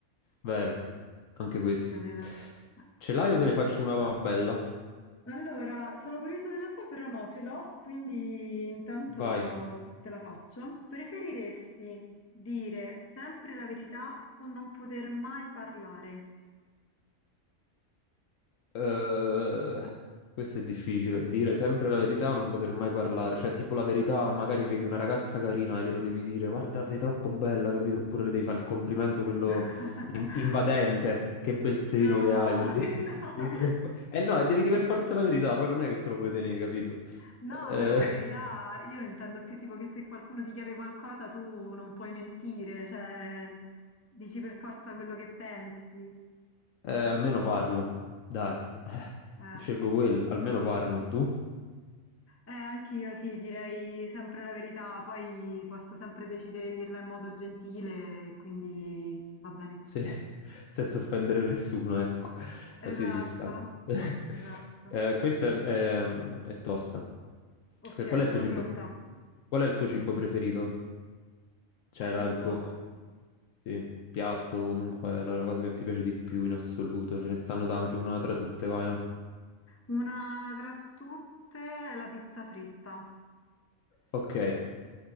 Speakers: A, on the left (about 75°); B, on the left (about 15°).
A: Vero, anche questo.
B: capito? Eh.
A: Ce l'hai o te ne faccio una bella?
B: Allora, sono curiosa della tua, però no, ce l'ho, quindi intanto
A: Vai.
B: te la faccio. Preferiresti dire sempre la verità o non poter mai parlare?
A: Eh, questo è difficile, dire sempre la verità o non poter mai parlare, cioè tipo la verità, magari vedi una ragazza carina, glielo devi dire, guarda sei troppo bella, capito? Oppure le devi fare il complimento, quello
B: <laughs>
A: in- invadente, che bel seno
B: No,
A: che hai, per dire. <laughs>
B: <laughs> no.
A: Devi dire per- Eh no, e devi dire per forza la verità, poi non è che te lo puoi tenere, capito?
B: No,
A: Eh,
B: però la verità io lo intendo più tipo che se qualcuno ti chiede qualcosa tu non puoi mentire, cioè dici per forza quello che pensi.
A: eh, almeno parlo, dai, Eh,
B: Eh,
A: scelgo quella, almeno parlo, tu?
B: Eh, anch'io sì, direi sempre la verità, poi posso sempre decidere di dirla in modo gentile, e quindi va bene così.
A: Sì, <laughs> senza offendere nessuno, ecco. Ah,
B: Esatto,
A: Sì, ci sta. <laughs>
B: esatto.
A: Eh, questa è, è- è tosta.
B: Ok,
A: Eh, Qual è il
B: sono
A: tuo cibo,
B: pronta.
A: qual è il tuo cibo preferito? Cioè,
B: Aiuto.
A: la- il tuo sì, piatto, comunque, la la cosa che ti piace di più in assoluto. Ce ne stanno tante, una tra tutte, vai. eh.
B: Una tra tutte è la pizza fritta.
A: Ok,